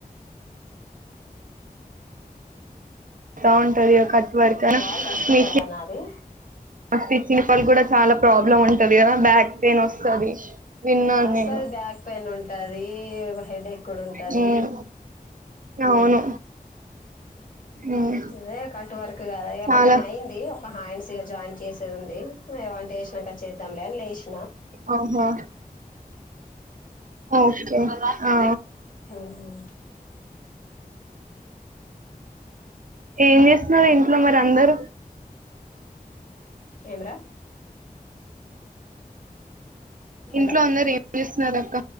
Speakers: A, on the right (about 60°); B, on the left (about 60°).
A: బావుంటది ఆ కట్ వర్క్ అనా
B: వాయిస్ వస్తలేదా
A: మిషన్
B: నాది
A: స్టిచ్చింగ్ పల్ కూడా చాలా ప్రాబ్లం ఉంటది కదా బ్యాక్ పెయిన్ వస్తది విన్నాను
B: అసది
A: నేను
B: బ్యాక్ పెయిన్ ఉంటది హెడ్ ఎక్ కూడా ఉంటది
A: మ్
B: ఉ
A: అవును మ్
B: ఇదే కట్ వర్క్ కదా ఇక
A: చాలా
B: మొత్తం అయింది ఒక హాండ్స్ జాయిన్ చేసేది ఉంది ఏ వంట చేసినాక చేద్దాంలే అని లేసి
A: ఆహో ఓకే ఆ
B: ఉహు
A: ఏం చేస్తున్నారు ఏంటి మరి అందరు
B: ఏమ్రా హలో
A: ఇంట్లో అందరు ఏం చేస్ నారక్క